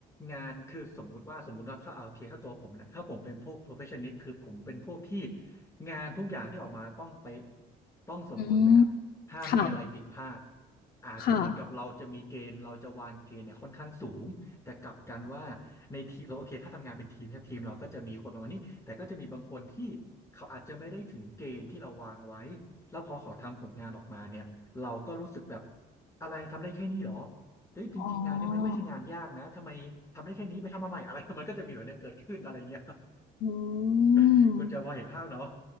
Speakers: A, on the left; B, on the left.
A: งานคือสมมุติว่าสมมุติว่าถ้าเอาโอเคถ้าตัวผมนะถ้าผมเป็นพวก perfectionist คือผมเป็นพวกที่งานทุกอย่างที่ออกมาต้องเป๊ะต้องสมบูรณ์แบบห้ามมีอะไรผิดพลาด
B: อืมค่ะ
A: อ่าคือเหมือนกับเราจะมีเกณฑ์เราจะวางเกณฑ์เนี่ยค่อนข้างสูง
B: ค่ะ
A: แต่กลับกันว่าในทีมเราโอเคถ้าทำงานเป็นทีมถ้าทีมเราก็จะมีคนประมาณนี้แต่ก็จะมีบางคนที่เขาอาจจะไม่ได้ถึงเกณฑ์ที่เราวางไว้ แล้วพอเขาทำผลงานออกมาเนี่ยเราก็รู้สึกแบบอะไรทำได้แค่นี้เหรอเฮ้ยจริงๆงานเนี่ยมันก็ไม่ใช่งานยากนะทำไมทำได้แค่นี้ไปทำมาใหม่อะไร
B: อ๋อ
A: <laughs> มันก็จะมีแบบเนี้ยเกิดขึ้นอะไรเงี้ย
B: อื
A: <laughs>
B: ม
A: คุณจะพอเห็นภาพเนาะ